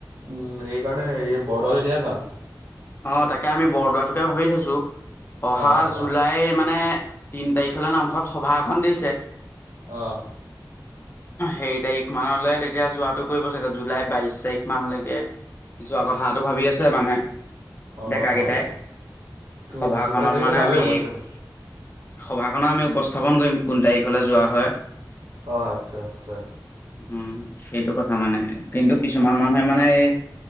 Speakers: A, on the right; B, on the left.
A: উম সেইকাৰণে হেয় বৰদোৱালে দিয়াই ভাল
B: অ' তাকে আমি বৰদোৱাটোকে ভাবি থৈছো। অহা
A: অ', অ',
B: জুলাই মানে তিন তাইখলৈ নামঘত সভা এখন দিছে।
A: অঁ
B: সেই তাৰিখ মানলে তেতিয়া যোৱাটো কৰিব চাগে জুলাই বাইশ তাৰিখ মানলৈকে যোৱা কথাটো ভাবি আছে মানুৱে।
A: অ',
B: ডেকাকেইটাই,
A: অ', উম,
B: সভাখনত
A: কিমান তাৰিখলৈ
B: মানে
A: ভালেই
B: আমি
A: হ'ব তেতিয়াহ'লে।
B: সভাখনৰ আমি উপস্থাপন কৰিম কোন তাৰিখলে যোৱা হয়
A: অ' আচ্ছা, আচ্ছা।
B: উম সেইটো কথা মানে কিন্তু কিছুমান মানুহে মানে এই